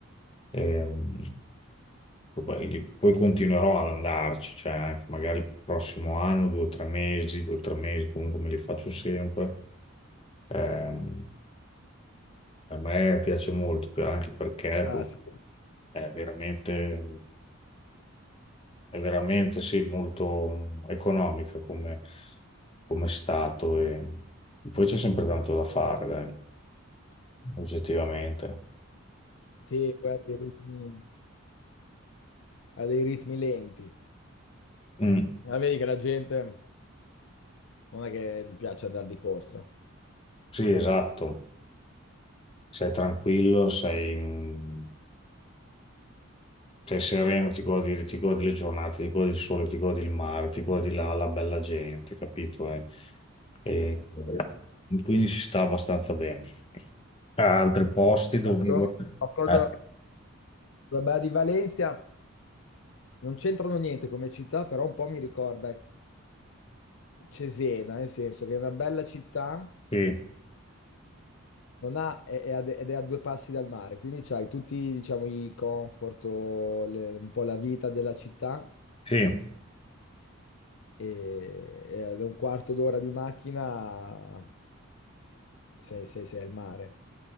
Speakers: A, on the left; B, on the left.
A: Ehm, poi, poi continuerò ad andarci, cioè anche magari il prossimo anno, due o tre mesi, due o tre mesi, comunque me li faccio sempre. Ehm, a me piace molto, anche perché
B: Ah, sì.
A: è veramente. È veramente, sì, molto economica come, come stato e poi c'è sempre tanto da fare, dai, oggettivamente.
B: Sì, poi ha dei ritmi, ha dei ritmi lenti.
A: Mm,
B: Ma vedi che la gente non è che gli piace andare di corsa.
A: sì, esatto. Sei tranquillo, sei, mm, sei sereno, ti godi, ti godi le giornate, ti godi il sole, ti godi il mare, ti godi la, la bella gente, capito? Eh, E- e- quindi si sta abbastanza bene. A altri posti dove...
B: No, secondo me qualcosa
A: Eh,
B: la bella di Valencia non c'entrano niente come città, però un po' mi ricorda Cesena, nel senso che è una bella città,
A: sì,
B: non ha- è- è a de- ed è a due passi dal mare, quindi c'hai tutti, diciamo, i comfort, o le- un po' la vita della città
A: sì,
B: e, e ad un quarto d'ora di macchina sei, sei, sei al mare.